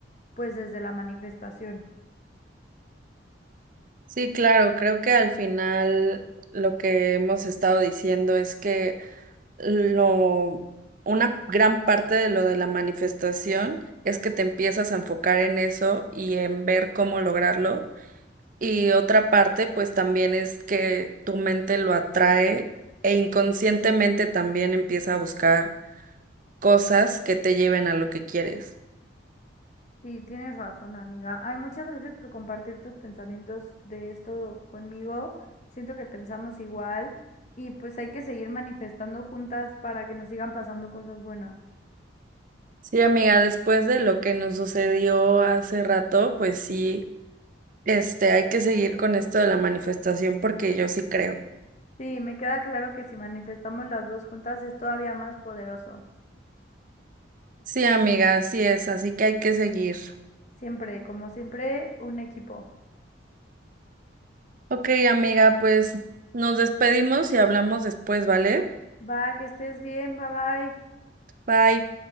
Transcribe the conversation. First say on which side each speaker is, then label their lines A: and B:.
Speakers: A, on the left (about 40°); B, on the right (about 45°).
A: pues desde la manifestación.
B: Sí, claro, creo que al final lo que hemos estado diciendo es que lo, una gran parte de lo de la manifestación es que te empiezas a enfocar en eso y en ver cómo lograrlo. Y otra parte, pues también es que tu mente lo atrae e inconscientemente también empieza a buscar cosas que te lleven a lo que quieres.
A: Y tienes razón, amiga. Ay, muchas gracias por compartir tus pensamientos de esto conmigo. Siento que pensamos igual y pues hay que seguir manifestando juntas para que nos sigan pasando cosas buenas.
B: Sí, amiga, después de lo que nos sucedió hace rato, pues sí, este, hay que seguir con esto de la manifestación porque yo sí creo.
A: Sí, me queda claro que si manifestamos las dos juntas es todavía más poderoso.
B: Sí, amiga, así es, así que hay que seguir.
A: Siempre, como siempre, un equipo.
B: Ok, amiga, pues nos despedimos y hablamos después, ¿vale?
A: Va, que estés bien, bye bye.
B: Bye.